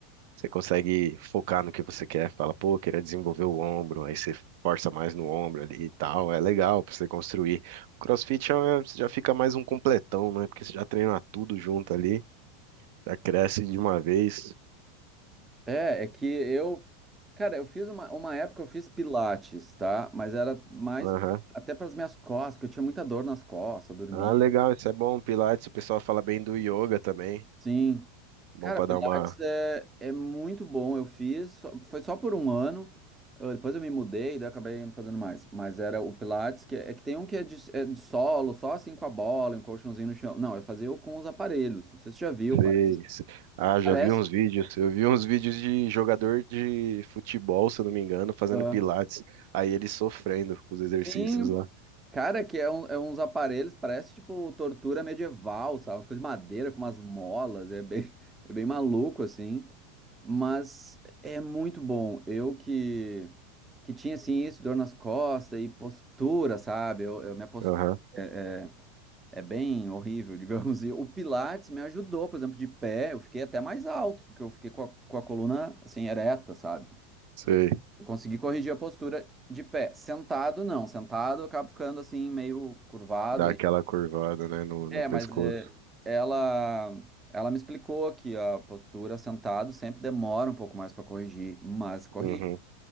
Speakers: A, on the right (about 60°); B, on the right (about 20°).
A: você consegue focar no que você quer, fala, pô, queria desenvolver o ombro, aí você força mais no ombro ali e tal, é legal pra você construir. O CrossFit é, uma- você já fica mais um completão, né? Porque você já treina tudo junto ali, já cresce de uma vez.
B: É, é que eu, cara, eu fiz uma, uma época eu fiz pilates, tá? Mas era mais
A: Aham.
B: pra- até para as minhas costas, porque eu tinha muita dor nas costas, dormia.
A: Ah, legal, isso é bom. Pilates, o pessoal fala bem do yoga também,
B: Sim.
A: bom
B: Cara,
A: pra
B: Pilates
A: dar uma
B: é, é muito bom. Eu fiz, só- foi só por um ano. Eu- depois eu me mudei, daí eu acabei não fazendo mais. Mas era o Pilates, que é, é que tem um que é de, é de solo, só assim com a bola, um colchãozinho no chão. Não, eu fazia o com os aparelhos. Não sei se você já viu,
A: Sei,
B: parece.
A: sei. Ah, já
B: Parece.
A: vi uns vídeos. Eu vi uns vídeos de jogador de futebol, se eu não me engano, fazendo
B: Ah.
A: pilates. Aí ele sofrendo com os exercícios
B: Sim,
A: lá.
B: cara, que é, um- é uns aparelhos, parece tipo tortura medieval, sabe? Umas coisas de madeira com umas molas, é bem, <laughs> é bem maluco, assim. Mas é muito bom. Eu que, que tinha assim isso, dor nas costas e postura, sabe? Eu, eu minha postura
A: Aham,
B: é, é, é bem horrível, <laughs> digamos. E o Pilates me ajudou, por exemplo, de pé, eu fiquei até mais alto, porque eu fiquei com a, com a coluna assim ereta, sabe?
A: sei.
B: Eu consegui corrigir a postura de pé. Sentado, não. Sentado, eu acabo ficando assim meio curvado.
A: Dá
B: aí.
A: aquela curvada, né, no,
B: É,
A: no pescoço.
B: mas é, ela ela me explicou que a postura sentado sempre demora um pouco mais para corrigir, mas corrige.
A: Uhum.